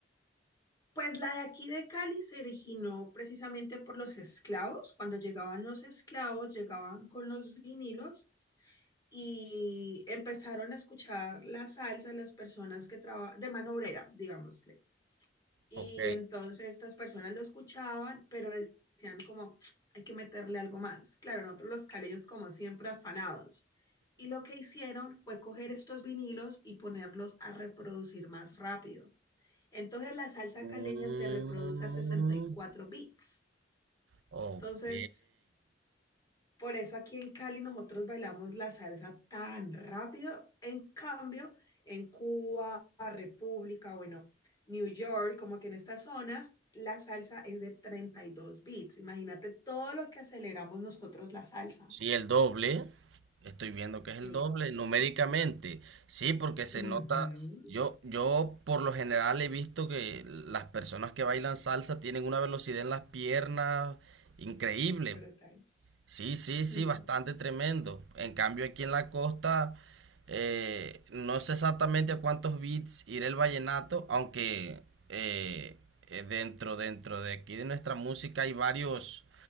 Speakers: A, on the left; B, on the right.
A: Pues la de aquí de Cali se originó precisamente por los esclavos. Cuando llegaban los esclavos, llegaban con los vinilos y empezaron a escuchar la salsa de las personas que trabajan de mano obrera, digámosle. Y
B: Ok.
A: entonces estas personas lo escuchaban, pero decían como, hay que meterle algo más. Claro, nosotros los caleños como siempre afanados. Y lo que hicieron fue coger estos vinilos y ponerlos a reproducir más rápido. Entonces la salsa
B: Mm,
A: caleña se reproduce a sesenta y cuatro beats.
B: ok.
A: Entonces, por eso aquí en Cali nosotros bailamos la salsa tan rápido. En cambio, en Cuba, República, bueno, New York, como que en estas zonas, la salsa es de 32 beats. Imagínate todo lo que aceleramos nosotros la salsa.
B: Sí, el doble. Estoy viendo que es el
A: El
B: doble
A: doble.
B: numéricamente. Sí, porque se
A: Ujú,
B: nota. Yo, yo por lo general he visto que las personas que bailan salsa tienen una velocidad en las piernas increíble.
A: brutal.
B: Sí, sí, sí,
A: Mm.
B: bastante tremendo. En cambio, aquí en la costa, eh, no sé exactamente a cuántos bits irá el vallenato, aunque eh, eh, dentro, dentro de aquí de nuestra música hay varios,